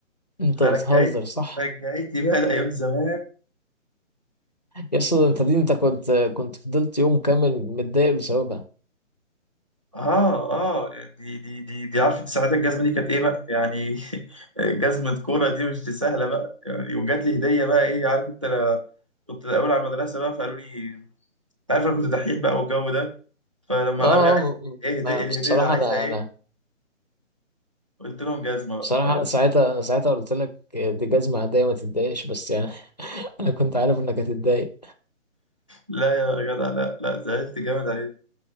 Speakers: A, on the left; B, on the right.
A: انت
B: فرجعت
A: بتهزر صح
B: رجعتني بقى لأيام زمان
A: يا اسطى ده انت دي انت كنت كنت فضلت يوم كامل متضايق بسببها
B: اه اه دي دي دي دي عارفه ساعتها الجزمه دي كانت ايه بقى يعني <laughs> جزمه كوره دي مش دي سهله بقى يعني وجات لي هديه بقى ايه عارف انت لا كنت الاول على المدرسه بقى فقالوا لي انت عارف انا كنت دحيح بقى والجو ده فلما
A: اه آه،
B: قالوا لي عايز ايه هديه
A: م-
B: إيه الهديه
A: م- بصراحه
B: ده عايزها
A: انا
B: ايه
A: انا
B: قلت لهم جزمه
A: بصراحه
B: بقى
A: انا ساعتها انا ساعتها قلت لك دي جزمه عاديه ما تتضايقش بس يعني <laughs> انا كنت عارف انك هتتضايق
B: فلا يا جدع لا لا زعلت جامد عليه